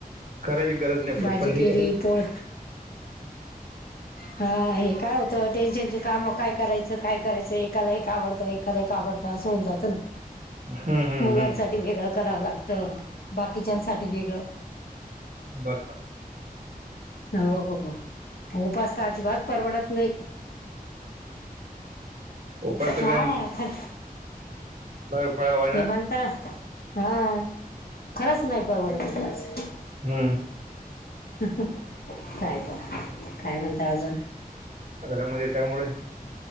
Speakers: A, on the right; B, on the left.
A: करायची गरज नाही पडत
B: भाजी
A: पण हे
B: केली
A: कसं
B: पोळ हा हे काय होतं टेन्शनचे काम काय करायचं करायचं एकाला एक आवडतं, एकाला एक आवडतं असं होऊन जातं ना.
A: हम्म हम्म.
B: मुलांसाठी
A: हम्म
B: वेगळं करावं लागत, बाकीच्यांसाठी वेगळं.
A: बरोबर
B: हो हो उपास तर अजिबात परवडत नाही.
A: उपासला
B: हा ना ख
A: <unintelligible> फळा
B: ते म्हणता, हा, खरंच नाही परवडत उपास.
A: हम्म.
B: काय तर काय म्हणता अजून?
A: घरामध्ये त्यामुळे.